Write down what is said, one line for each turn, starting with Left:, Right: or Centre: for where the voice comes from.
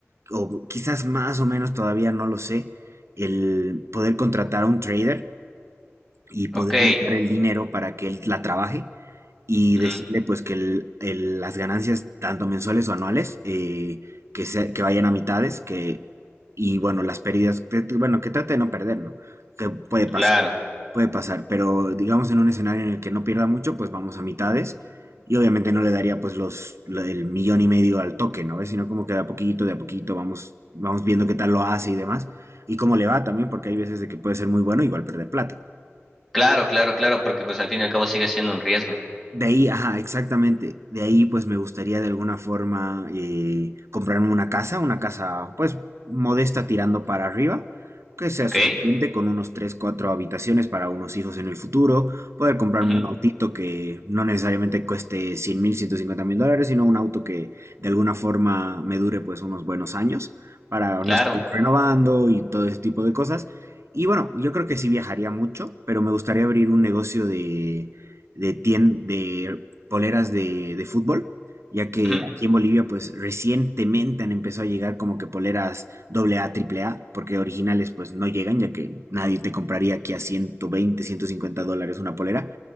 Right: o quizás más o menos, todavía no lo sé, el poder contratar a un trader y poderle
Centre: ok,
Right: dar el dinero para que él la trabaje y
Centre: ujú,
Right: decirle pues que el- el- las ganancias, tanto mensuales o anuales, eh, que, se- que vayan a mitades, que, y bueno, las pérdidas, que- que, bueno, que trate de no perder, ¿no? Que puede pasar,
Centre: Claro,
Right: puede pasar, pero digamos en un escenario en el que no pierda mucho, pues vamos a mitades. Y obviamente no le daría pues los, lo- el millón y medio al toque, ¿no ves? Sino como que de a poquito, de a poquito vamos, vamos viendo qué tal lo hace y demás. Y cómo le va también, porque hay veces de que puede ser muy bueno, igual perder plata.
Centre: claro, claro, claro, porque pues al fin y al cabo sigue siendo un riesgo.
Right: De ahí, ajá, exactamente. De ahí, pues me gustaría de alguna forma eh, comprarme una casa, una casa, pues, modesta tirando para arriba, que sea
Centre: Ok,
Right: suficiente con unos 3 4 habitaciones para unos hijos en el futuro, poder comprarme
Centre: ujú,
Right: un autito que no necesariamente cueste 100 mil, 150 mil dólares, sino un auto que de alguna forma me dure, pues, unos buenos años para no
Centre: Claro,
Right: estar renovando y todo ese tipo de cosas. Y bueno, yo creo que sí viajaría mucho, pero me gustaría abrir un negocio de de, tien- de poleras de, de fútbol, ya que
Centre: ujú,
Right: aquí en Bolivia pues recientemente han empezado a llegar como que poleras doble A triple A porque originales pues no llegan, ya que nadie te compraría aquí a 120, 150 dólares una polera,